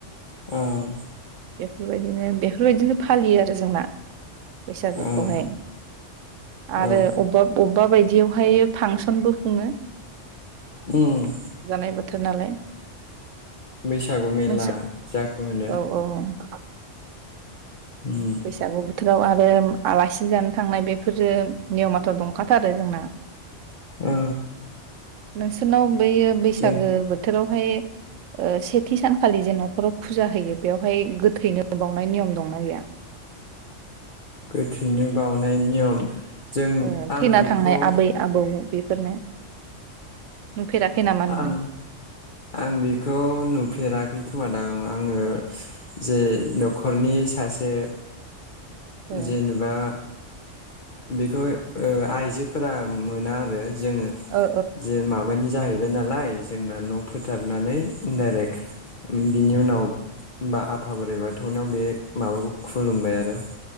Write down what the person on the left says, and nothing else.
ओं
औ
औ
उम
बैसागु मेला
जाखौ होनो।
उम
ओ
जों
गोथैनो बावनाय नियम जों
आं
बेखौ
आं आं बेखौ नुफेराखै खोमादां आङो जे न'खरनि सासे
जेनेबा बेखौ ओ आइजोफोरा मोना आरो जोङो
जे माबानि जाहै बाय नालाय जोंना न' फोथारनानै डायरेक्ट उम बिनि उनाव बा आफा बोराइ बाथौनाव बे माबाखौ खुलुमबाय आरो।